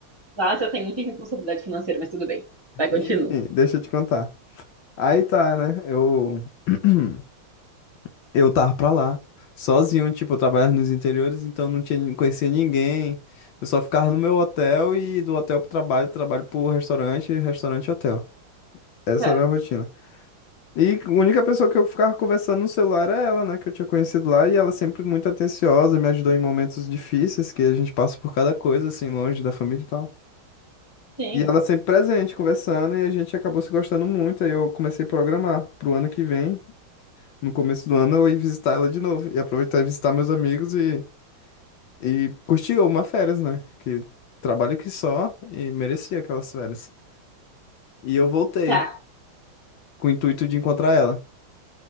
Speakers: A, on the right; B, on the left.
A: Nossa, tem muita responsabilidade financeira, mas tudo bem. Vai, continua.
B: Enfim, deixa eu te contar. Aí tá, né? Eu <clears throat> eu tava pra lá, sozinho, tipo, eu trabalhava nos interiores, então não tinha, não conhecia ninguém. Eu só ficava no meu hotel e do hotel pro trabalho, trabalho pro restaurante, restaurante hotel. Essa
A: Tá,
B: era a rotina. E a única pessoa que eu ficava conversando no celular era ela, né, que eu tinha conhecido lá, e ela sempre muito atenciosa, me ajudou em momentos difíceis, que a gente passa por cada coisa, assim, longe da família e tal.
A: sim.
B: E ela sempre presente, conversando, e a gente acabou se gostando muito, aí eu comecei a programar pro ano que vem. No começo do ano eu ia visitar ela de novo. E aproveitar e visitar meus amigos e, e curtir uma férias, né? Que trabalho que só e merecia aquelas férias. E eu voltei
A: Tá,
B: com o intuito de encontrar ela.